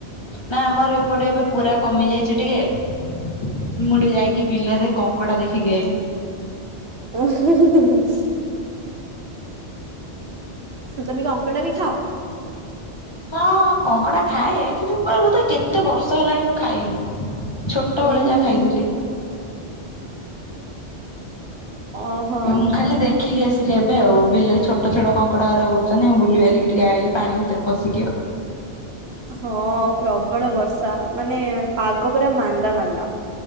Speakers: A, on the left (about 25°); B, on the right (about 65°).
A: ନା ଆମର ଏପଟେ ଏବେ ପୁରା କମି ଯାଇଛି ଟିକେ ମୁଁଡେ ଯାଇକି ବିଲରେ କଙ୍କଡା ଦେଖିକି ଆାଇଲି।
B: ହ ତମେ କଙ୍କଡା ବିି ଖାଅ।
A: ହଁ କଙ୍କଡା ଖାଏ, କିନ୍ତୁ ପୁରା ମୋତେ କେତେ ବର୍ଷ ହେଲାଣି ମୁଁ ଖାଇନି। ଛୋଟବେଳେ
B: ଉୁଁ
A: ଯାହା
B: ହୁଁ
A: ଖାଇଥିଲି।
B: ଓହୋ
A: ହଁ ଖଲି ଦେ ଦେଖିକି ଆସିଲି ଏବେ ଆଉ ବିଲରେ ଛୋଟ ଛୋଟ କଙ୍କଡା ଘର ହଉଛନ୍ତିଁ ବୁଲିିବାଲିକି ଟିକେ ଆଇଲି ପାଣି ଭିତରେ ପଶିକି ହବ।
B: ହଁ ପ୍ରବଳ ବର୍ଷା ମାନେ ପାଗ ପୁରରା ମାନ୍ଦା ମାନ୍ଦା।